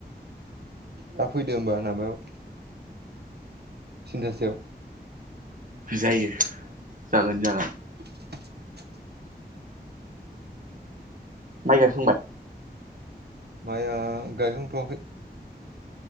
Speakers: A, on the right; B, on the right.
A: दा फैदो होनबा माबायाव। थिनथासोआव।
B: जायो जागोन जागोन।
A: <unintelligible>
B: माइ गायखांबाय
A: माया गायहांथ'वाखै